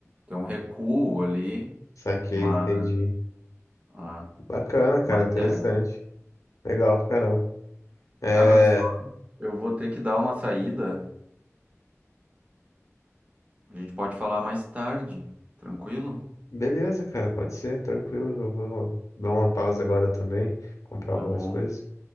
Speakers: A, on the right (about 25°); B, on the left (about 85°).
A: tem um recuo ali,
B: Saquei,
A: mas,
B: entendi.
A: ah,
B: Bacana, cara,
A: mas
B: interessante.
A: é,
B: Legal pra caramba. É,
A: cara, olha só, eu vou ter que dar uma saída. A gente pode falar mais tarde, tranquilo?
B: beleza, cara, pode ser, tranquilo. Eu vou dar uma pausa agora também, comprar algumas
A: Tá bom.
B: coisas.